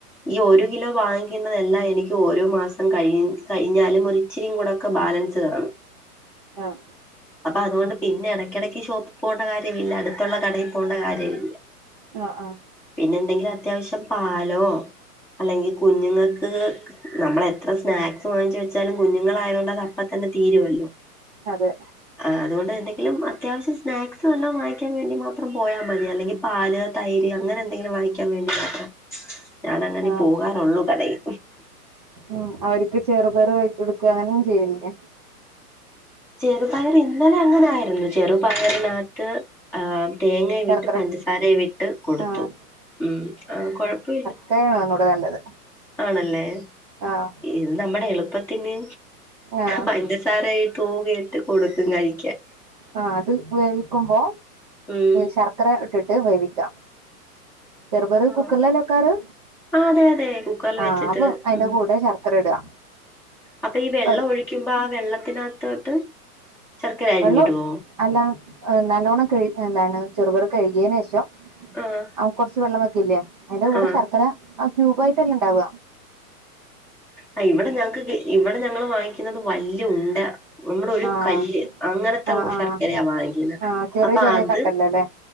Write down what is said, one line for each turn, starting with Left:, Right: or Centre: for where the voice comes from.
Centre: ഈ ഒരു കിലോ വാങ്ങിക്കുന്നതെല്ലാം എനിക്ക് ഓരോ മാസം കഴി കഴിഞ്ഞാലും ഒര് ഇച്ചിരി കൂടൊക്കെ ബാലൻസ് കാണും
Right: ആഹ്
Centre: അപ്പ അത്കൊണ്ട് പിന്നെ എടക്ക് എടക്ക് ഷോപ്പി പോണ്ട കാര്യവില്ല അടുത്തുള്ള കടയിൽ പോണ്ട കാര്യവില്ല
Right: അ ആഹ്
Centre: പിന്നെ എന്തെങ്കിലും അത്യാവശ്യം പാലോ അല്ലെങ്കി കുഞ്ങ്ങൾക്ക് നമ്മൾ എത്ര സ്നാക്സ് വാങ്ങിച്ചു വെച്ചാലും കുഞ്ഞുങ്ങളായത് കൊണ്ട് അത് അപ്പ തന്നെ തീരുവല്ലോ
Right: അതെ
Centre: ആ അതുകൊണ്ട് എന്തെങ്കിലും അത്യാവിശ്യം സ്നാക്സ് വല്ലതും വാങ്ങി ക്കാൻ വേണ്ടി മാത്രം പോയാ മതി അല്ലെങ്കി പാല് തൈര് അങ്ങനെ എന്തെങ്കിലും വാങ്ങിക്കാൻ വേണ്ടി മാത്രം ഞാനങ്ങനെ
Right: ആഹ്
Centre: പോകാറൊള്ളൂ കടയിൽ
Right: ഉം അവർക്ക് ചെറുപേർ വേവിച്ച് കൊടുക്ക അങ്ങനെ ഒന്നും ചെയ്യലില്ലേ
Centre: ചെറുപയർ ഇന്നലെ അങ്ങനെ ആയിരുന്നു ചെറുപയറിനത്ത് ആ തേങ്ങയും
Right: ശർക്കര
Centre: വിട്ട് പഞ്ചസാരയി വിട്ട് കൊടുത്തു
Right: ആഹ്
Centre: ഉം ആ കൊഴപ്പവില്ല
Right: ശർക്കരേണ് ഒന്നും കൂടെ നല്ലത്
Centre: ആണല്ലെ
Right: ആഹ്
Centre: ഇത്‌ നമ്മടെ എളുപ്പത്തിന്
Right: ആഹ്
Centre: പഞ്ചസാര തൂവി ഇട്ട് കൊടുക്കും കഴിക്ക്യാൻ
Right: ആഹ് അത് വേവിക്കുമ്പോ
Centre: ഉം
Right: ശർക്കര ഇട്ടിട്ട് വേവിക്ക ചെറുപയർ
Centre: ആഹ്
Right: കുക്കർലല്ലെ വെക്കാറ്
Centre: ആ അതെ അതെ കുക്കറിൽ
Right: ആഹ്
Centre: വെച്ചിട്ട്
Right: അപ്പൊ അതിന്റെ
Centre: ഉം
Right: കൂടെ ശർക്കര ഇടുക
Centre: അപ്പോ ഈ വെള്ളം
Right: വെൾ
Centre: ഒഴി ക്കുമ്പോ ആ വെള്ളത്തിനത്തോട്ട് ശർക്കര അരിഞ്ഞിടോ
Right: വെള്ളം അല്ല നല്ലോണം കഴി എന്താണ് ചെറുപറ് കഴുകേനേഷം
Centre: ആഹ്
Right: ആ കൊറച്ച് വെള്ളം വെക്കില്ലെ അയ്ന്റെ കൂടെ
Centre: ആഹ്
Right: ശർക്കര ക്യൂബ് ആയിട്ടല്ലെ ഇണ്ടാവ
Centre: ആ ഇവട ഞങ്ങക്ക് ഇവിടെ ഞങ്ങൾ വാങ്ങിക്ക്ന്നത് വല്യ ഉണ്ട നമ്മുടെ ഒരു
Right: ആഹ്
Centre: കല്ല് അങ്ങനത്തെ
Right: ആഹ് ആഹ്
Centre: ശർക്കരയ വാങ്ങിക്കുന്നത്
Right: ആഹ് ചെറിയ
Centre: അപ്പ
Right: ചെറിയ
Centre: അത്
Right: കട്ടല്ലല്ലേ